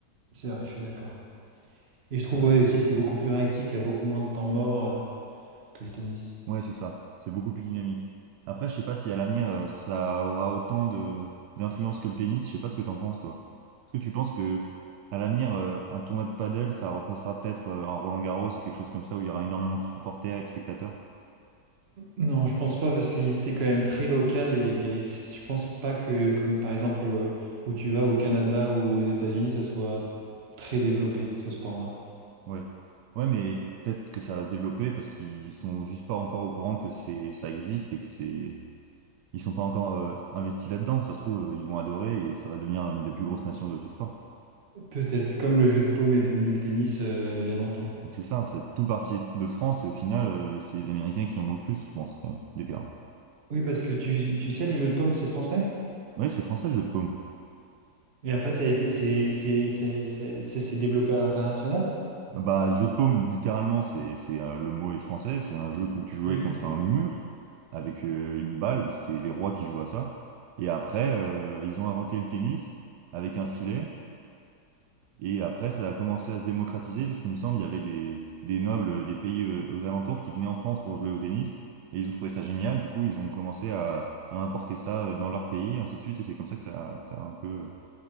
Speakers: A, on the right (about 40°); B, on the right (about 80°).
A: C'est vrai, je suis d'accord. Et je trouve
B: Mais
A: ouais, aussi c'est beaucoup plus réactif, il y a beaucoup moins de temps mort euh, que le tennis.
B: ouais, c'est ça. C'est beaucoup plus dynamique. Après, je sais pas si à l'avenir, euh, ça aura autant de d'influence que le tennis. Je sais pas ce que t'en penses, toi. Est-ce que tu penses que à l'avenir, euh, un tournoi de padel, ça remplacera peut-être euh, un Roland-Garros ou quelque chose comme ça où il y aura énormément de supporters et de spectateurs?
A: Non, je pense pas parce qu'il c'est quand même très local et, et si- je pense pas que comme par exemple euh, où tu vas au Canada ou aux États-Unis, ça soit très développé ce sport-là.
B: Ouais. Ouais, mais peut-être que ça va se développer parce qu'ils sont juste pas encore au courant que c'est ça existe et que c'est Ils sont pas encore euh, investis là-dedans. Ça se trouve, euh, ils vont adorer et ça va devenir une des plus grosses nations de ce sport.
A: Peut-être comme le jeu de paume est devenu le tennis euh, il y a longtemps.
B: C'est ça, c'est tout parti de France et au final, euh, c'est les Américains qui en ont le plus, je pense, quand même, des terrains.
A: Oui, parce que tu, tu sais, le jeu de paume c'est français
B: Oui, c'est français, le jeu de paume.
A: et après ça a été c'est c'est c'est c'est c'est- c'est développé à l'international.
B: Bah, jeu de paume, littéralement, c'est, c'est, euh, le mot est français. C'est un jeu où tu jouais
A: Oui.
B: contre un mur avec euh, une balle. C'était les rois qui jouaient à ça. Et après, euh, ils ont inventé le tennis avec un filet. Et après, ça a commencé à se démocratiser parce qu'il me semble il y avait des, des nobles euh, des pays euh, aux alentours qui venaient en France pour jouer au tennis et ils ont trouvé ça génial. Du coup, ils ont commencé à, à importer ça euh, dans leur pays, ainsi de suite. Et c'est comme ça que ça, que ça a un peu euh,